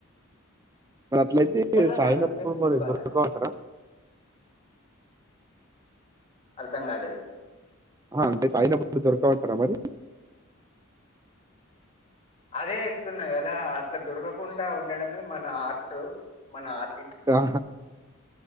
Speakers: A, on the right; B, on the left.
A: మరి అట్లయితే
B: ఎక్కడిదక్కడ
A: సాయంకాల
B: మెయింటైన్ చేసుకోవాలన్న
A: ఇద్దరు కా అంటారా
B: అర్ధం కాలేదు
A: ఆ అంటే తాగినప్పుడు ఎప్పుడు దొరుకుతా వుంటారా మరి
B: అదే చెప్తున్నా కదా అట్లా దొరకకుండా ఉండడమే మన ఆర్ట్ మన ఆర్ట్
A: ఆ